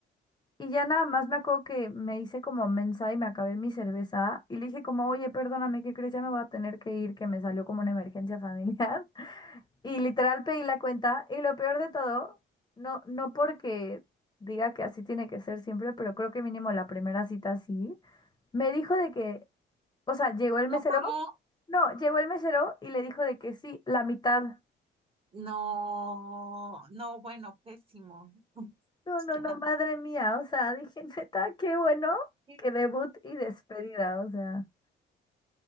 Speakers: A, on the left (about 20°); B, on the right (about 30°).
A: Y ya nada más me acuerdo que me hice como mensa y me acabé mi cerveza y le dije como, oye, perdóname, ¿qué crees? Ya me voy a tener que ir, que me salió como una emergencia familiar. <laughs> Y literal pedí la cuenta y lo peor de todo, no, no porque diga que así tiene que ser siempre, pero creo que mínimo la primera cita sí, me dijo de que, o sea, llegó el
B: ¿No
A: mesero,
B: pagó?
A: no, llegó el mesero y le dijo de que sí, la mitad.
B: No, no, bueno, pésimo. O
A: No,
B: sea,
A: no, no, madre mía, o sea, dije, <laughs> neta, qué bueno
B: qué
A: que debut
B: triste.
A: y despedida, o sea,